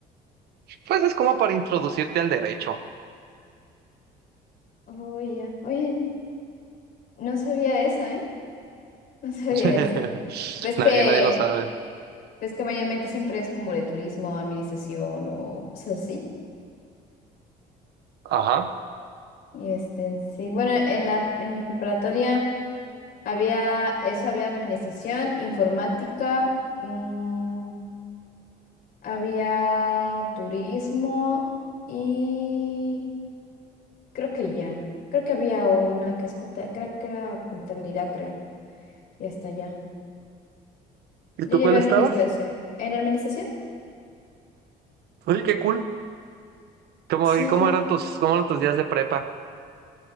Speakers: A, on the right; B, on the left.
A: Pues es como para introducirte al derecho.
B: Oye, Oye, no sabía eso, ¿eh? No sabía
A: <laughs>
B: eso. ¿Ves que...
A: Nadie, nadie lo sabe.
B: Ves que mayormente siempre es como de turismo, administración o cosas así.
A: Ajá.
B: Y este, sí, bueno, en la, en mi preparatoria había eso, había administración, informática, mm, había turismo y creo que ya. Creo que había una que es conta- creo que era contabilidad, creo. Y hasta ya.
A: ¿Y
B: Yo
A: tú
B: llevé
A: cuál estabas?
B: administración. ¿En administración?
A: Oye, qué cool. ¿Cómo,
B: Sí.
A: y cómo eran tus, cómo eran tus días de prepa?